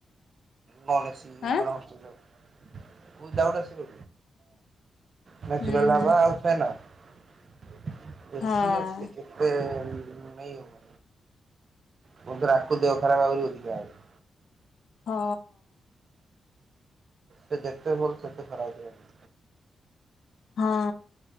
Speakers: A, on the right (about 50°); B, on the left (about 75°).
A: ନନ୍‌ଏସି। <unintelligible>
B: ଆଁ
A: ନ୍ୟାଚୁରାଲ
B: ହୁଁ ହୁଁ
A: ହବା ଆଉ ସ୍ପେନର ବେସି
B: ହଁ
A: <unintelligible> <unintelligible> ପୁନଥରେ ଆକୁ ଦେହ ଖରାପ ହବ ବୋଲି ଅଧିକା <unintelligible>
B: ହଁ।
A: ସେ ଯେତେ ଭଲ ସେତେ ଖରାପ <unintelligible>
B: ହଁ